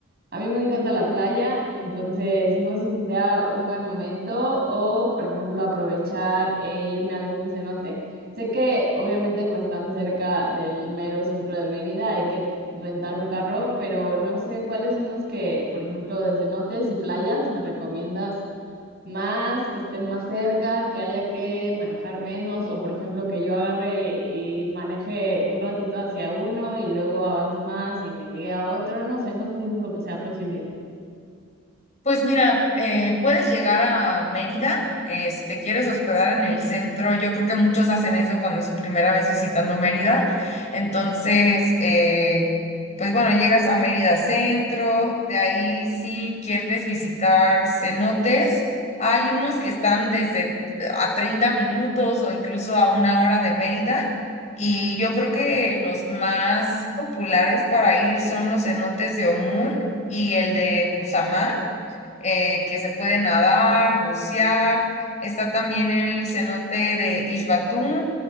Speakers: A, on the right; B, on the left.
A: A mí me encanta la playa, entonces no sé si sea un buen momento o, por ejemplo, aprovechar e irme a algún cenote. Sé que obviamente no es tan cerca del mero centro de Mérida, hay que rentar un carro, pero no sé cuáles son los que, por ejemplo, de cenotes y playas me recomiendas más, que estén más cerca, que haya que manejar menos, o por ejemplo que yo agarre y maneje un ratito hacia uno y luego avance más y me llegue a otro, no sé, no sé si eso sea posible.
B: Pues mira, eh, puedes llegar a Mérida eh, si te quieres hospedar en el centro. Yo creo que muchos hacen eso cuando es su primera vez visitando Mérida. Entonces, eh, pues bueno, llegas a Mérida Centro. De ahí, si quieres visitar cenotes, hay unos que están desde a 30 minutos o incluso a una hora de Mérida. Y yo creo que los más populares para ir son los cenotes de Omún y el de Cusamá eh, que se puede nadar, bucear. Está también el cenote de Ixbatún,